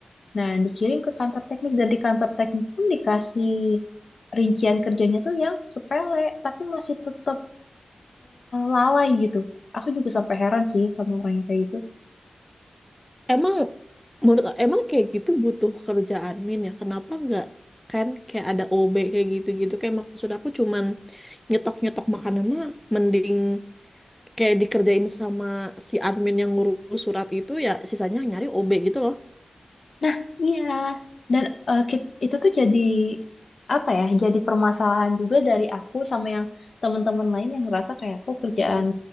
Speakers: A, on the left (about 80°); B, in the centre.
A: Nah, dikirim ke kantor teknik dan di kantor teknik pun dikasih rincian kerjanya tuh yang sepele, tapi masih tetap lalai gitu. Aku juga sampai heran sih sama orang yang kayak gitu.
B: Emang menurut emang kayak gitu butuh kerjaan min ya? Kenapa nggak kan kayak ada OB kayak gitu-gitu? Kayak maksud aku cuman nyetok-nyetok makanan mah mending kayak dikerjain sama si admin yang ngurus surat itu ya sisanya nyari OB gitu loh.
A: Nah, iya. Dan eh, kit- itu tuh jadi apa ya? Jadi permasalahan juga dari aku sama yang teman-teman lain yang ngerasa kayak kok kerjaan
B: Mhm.